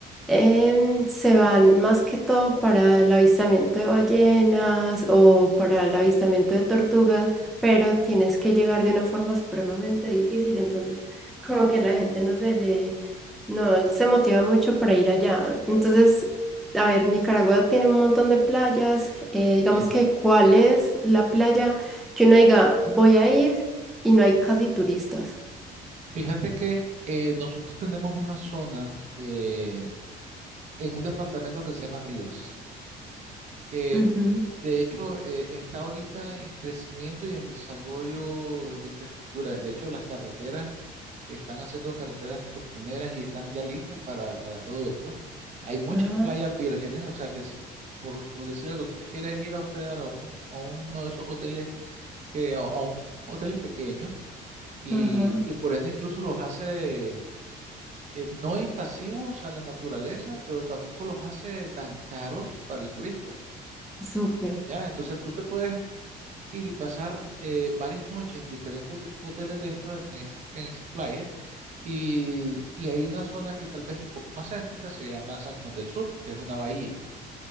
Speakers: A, in the centre; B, on the right (about 45°).
A: Em, se van más que todo para el avistamiento de ballenas o para el avistamiento de tortugas, pero tienes que llegar de una forma supremamente difícil, entonces como que la gente no se le, no se motiva mucho para ir allá. Entonces, a ver, Nicaragua tiene un montón de playas, eh, digamos
B: Sí.
A: que ¿cuál es la playa que uno diga voy a ir y no hay casi turistas?
B: Fíjate que eh, nosotros tenemos una zona eh, en un departamento que se llama Rivas, que
A: Ujú.
B: De hecho, eh, está ahorita en crecimiento y en desarrollo de infraestructura. De hecho, las carreteras están haciendo carreteras costaneras y están ya listas para, para todo esto. Hay muchas
A: Ajá,
B: playas vírgenes, o sea que si, por, por decir algo, tú te quieres ir a hospedar a, un, a uno de esos hoteles, que, a, a un hoteles pequeños y,
A: ajá,
B: y por ende incluso los hace eh, no invasivos a la naturaleza, pero tampoco los hace tan caros para el turista.
A: súper.
B: ¿ya? Entonces tú te puedes ir y pasar eh, varias noches en diferentes de- hoteles de estos en, en esa, en esa playa. Y, y hay una zona que tal vez un poco más céntrica, se llama San Juan del Sur, que es una bahía.